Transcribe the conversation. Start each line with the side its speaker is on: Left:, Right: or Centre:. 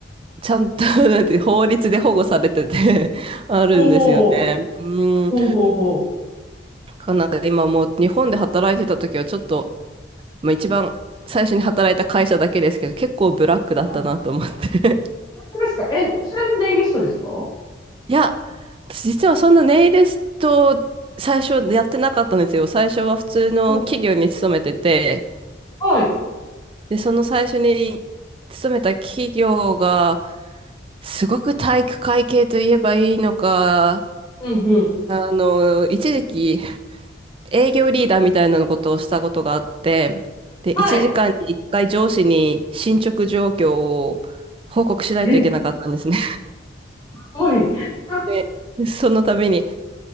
Right: ちゃんと <laughs> なんて法律で保護されてて <laughs> あるんですよね。
Left: おー。
Right: うん。
Left: ほうほうほ
Right: なんか今もう日本で働いてた時はちょっとまあ、一番最初に働いた会社だけですけど、結構ブラックだったなと思って
Left: う。はい。本当ですかえ、それもネイリストですかほ
Right: <laughs> いや、私実はそんなネイリスト最初やってなかったんですよ。最初は普通の企業に勤めてて、
Left: うほうはい。
Right: で、その最初に勤めた企業が、すごく体育会系といえばいいのか、
Left: うんうん。
Right: あの、一時期営業リーダーみたいなことをしたことがあって、で、
Left: はい。
Right: 1時間に1回上司に進捗状況を報告しないといけなかったんですね。
Left: え、すごい。
Right: <laughs>
Left: <laughs>
Right: で、その度に、